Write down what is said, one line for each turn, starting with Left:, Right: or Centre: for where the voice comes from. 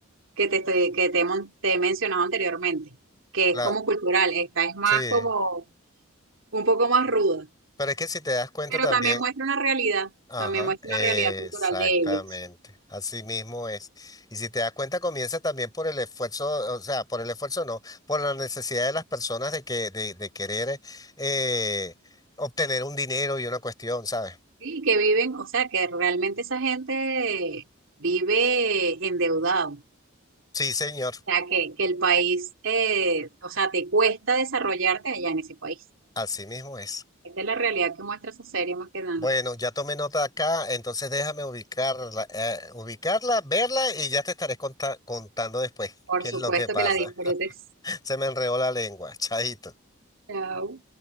Right: que te estoy, que te, he mon- te he mencionado anteriormente, que
Left: La,
Right: es como cultural. Esta es más
Left: sí.
Right: como un poco más ruda,
Left: Pero es que si te das cuenta
Right: pero
Left: también.
Right: también muestra una realidad,
Left: Ajá,
Right: también muestra
Left: exactamente,
Right: una realidad cultural de ellos.
Left: así mismo es. Y si te das cuenta, comienza también por el esfuerzo, o sea, por el esfuerzo no, por la necesidad de las personas de que, de, de querer eh, obtener un dinero y una cuestión, ¿sabes?
Right: sí, que viven, o sea, que realmente esa gente vive endeudado.
Left: Sí, señor,
Right: O sea, que, que el país, eh, o sea, te cuesta desarrollarte allá en ese país.
Left: así mismo es.
Right: Esta es la realidad que muestra esa serie más que nada.
Left: Bueno, ya tomé nota acá, entonces déjame ubicarla, eh, ubicarla, verla y ya te estaré conta- contando después
Right: Por
Left: qué es
Right: supuesto
Left: lo que pasa.
Right: que la disfrutes.
Left: <laughs> Se me enredó la lengua, chadito.
Right: Chao.